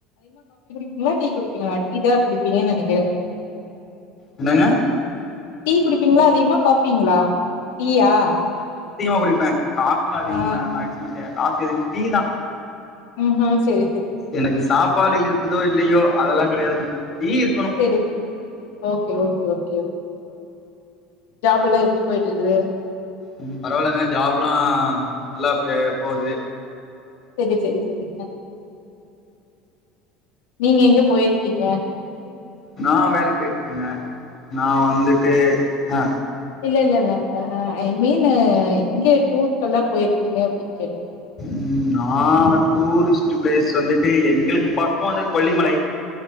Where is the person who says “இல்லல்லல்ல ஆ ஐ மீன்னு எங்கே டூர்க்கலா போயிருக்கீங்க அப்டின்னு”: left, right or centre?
Left